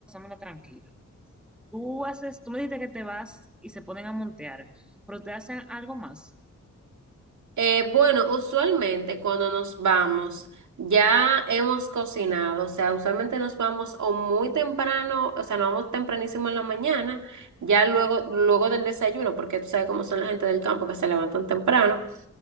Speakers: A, in the centre; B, on the right (about 75°).
A: me tranquila. Tú haces, tú me dijiste que te vas y se ponen a montear, pero te hacen algo más.
B: Eh, bueno, usualmente cuando nos vamos, ya hemos cocinado, o sea, usualmente nos vamos o muy temprano, o sea, nos vamos tempranísimo en la mañana, ya luego, luego del desayuno, porque tú sabes cómo son la gente del campo que se levantan temprano,